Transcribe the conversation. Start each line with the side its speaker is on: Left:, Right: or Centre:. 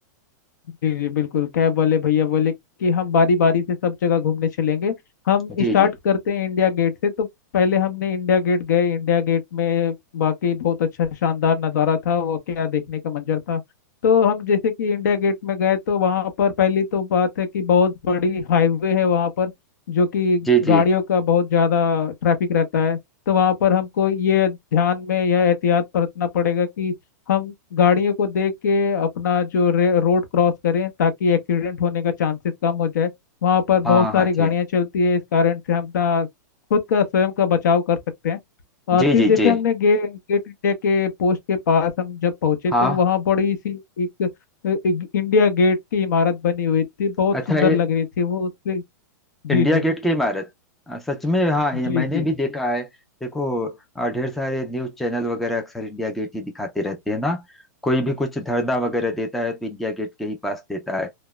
Left: जी जी बिल्कुल कैब वाले भैया बोले कि हम बारी बारी से सब जगह घूमने चलेंगे हम
Centre: जी
Left: स्टार्ट
Centre: जी
Left: करते हैं इंडिया गेट से तो पहले हमने इंडिया गेट गए इंडिया गेट में बाकी बहुत अच्छा शानदार नज़ारा था वो क्या देखने का मंजर था तो हम जैसे कि इंडिया गेट में गए तो वहाँ पर पहली तो बात है कि बहुत बड़ी हाईवे है वहाँ पर जो कि
Centre: जी
Left: गाड़ियों
Centre: जी
Left: का बहुत ज़्यादा ट्रैफिक रहता है तो वहाँ पर हमको ये ध्यान में यह एहतियात बरतना पड़ेगा कि हम गाड़ियों को देख के अपना जो रे- रोड क्रॉस करें ताकि एक्सीडेंट होने का चांसेस कम हो जाए वहाँ पर
Centre: हाँ
Left: बहुत सारी
Centre: हाँ जी
Left: गाड़ियाँ चलती है इस कारण से हम अपना खुद का स्वयं का बचाव कर सकते हैं और
Centre: जी
Left: फिर
Centre: जी
Left: जैसे
Centre: जी
Left: हमने गे, गेट इंडिया के पोस्ट के पास हम जब पहुंचे
Centre: हाँ
Left: तो वहाँ बड़ी सी एक, एक इंडिया गेट की इमारत बनी हुई थी बहुत
Centre: अच्छा
Left: सुंदर
Centre: ये
Left: लग रही थी वो उससे जी
Centre: इंडिया
Left: जी
Centre: गेट की इमारत अ, सच में हाँ ये
Left: जी
Centre: मैंने
Left: जी
Centre: भी देखा है देखो अ, ढेर सारे न्यूज चैनल वगैरह अक्सर इंडिया गेट ही दिखाते रहते हैं ना कोई भी कुछ धरना वगैरह देता है तो इंडिया गेट के ही पास देता है